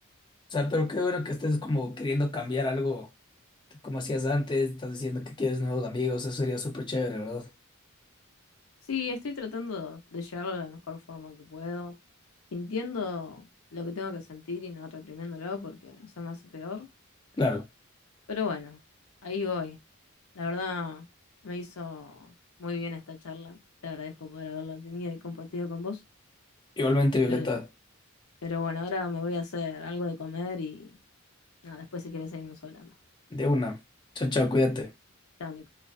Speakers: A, on the left (about 20°); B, on the left (about 80°).
A: O sea, pero qué bueno que estés como queriendo cambiar algo, como hacías antes, estás diciendo que quieres nuevos amigos, eso sería súper chévere, ¿verdad?
B: Sí, estoy tratando de llevarlo de la mejor forma que puedo, sintiendo lo que tengo que sentir y no reprimiéndolo porque eso me hace peor.
A: Claro.
B: Pero bueno, ahí voy. La verdad, me hizo muy bien esta charla. Te agradezco por haberla tenido y compartido con vos.
A: Igualmente, Violeta,
B: Pero, pero bueno, ahora me voy a hacer algo de comer y nada, después si quieres seguimos hablando.
A: de una. Chao, chao, cuídate.
B: Chao, Nico.